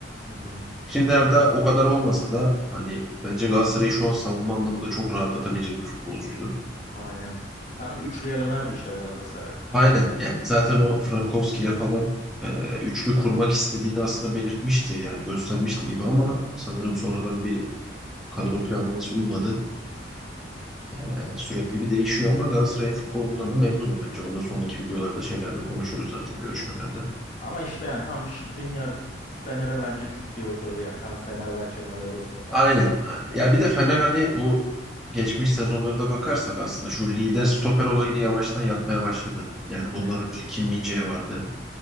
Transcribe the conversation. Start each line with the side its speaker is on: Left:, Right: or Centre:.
Left: Hı hı.
Centre: Primler'de o kadar olmasa da hani bence Galatasaray'ı şu an savunma anlamında çok rahatlatabilecek bir futbolcuydu.
Left: Aynen. Tam üçlüye dönerdi işte Galatasaray.
Centre: Aynen yani zaten o Frankowski'yle falan e, üçlü kurmak istediğini aslında belirtmişti yani göstermişti gibi ama sanırım sonradan bir kadro planlaması uymadı. E,
Left: Aynen.
Centre: sürekli bir değişiyor ama Galatasaray'ın futbolundan da memnunum bence. Ondan sonraki videolarda şeylerde konuşuruz zaten görüşmelerde.
Left: Aynen. Ama işte yani tam Skriniar Fener'e bence cuk diye oturdu yani. Tam Fenerbahçe'nin aradığı stopermiş
Centre: Aynen,
Left: bence.
Centre: aynen. Ya bir de Fener hani bu geçmiş sezonlara da bakarsak aslında şu lider stoper olayını yavaştan yapmaya başladı. Yani bundan
Left: Aynen, bu-
Centre: önce Kim min vardı.